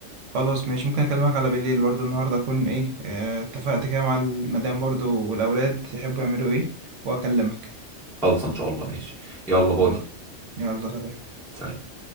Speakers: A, on the right (about 75°); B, in the centre.
A: خلاص ماشي ممكن اكلمك على بالليل برضو النهارده اكون ايه آه، اتفقت كده مع المدام برضو والاولاد يحبوا يعملوا ايه واكلمك
B: خلص ان شاء الله ماشي يلا باي
A: خلاص يلا سلام
B: سلام